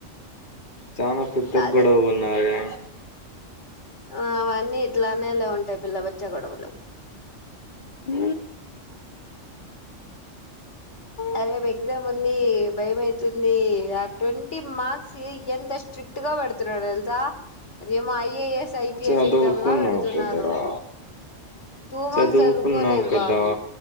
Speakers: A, on the left; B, on the left.
A: చాన పెద్ద
B: అదే
A: గొడవున్నదే
B: ఆ అవన్నీ ఇట్లానేలే ఉంటయి పిల్ల బచ్చ గొడవలు
A: ఊ
B: అరేప్ ఎగ్జామ్ ఉంది భయమైతుంది, ఆ ట్వంటీ మార్క్స్ ఎంత స్ట్రిక్ట్ గా పెడుతున్నరు తెల్ సా అదేమో ఐఏఎస్ ఐపీఎస్
A: చదువుకున్నావు
B: ఎగ్జామ్ లా పెడుతున్నారు.
A: కదరా
B: టూ మార్క్స్
A: చదువుకున్నావు
B: చదువుకోలేదు
A: కదా
B: బాబు,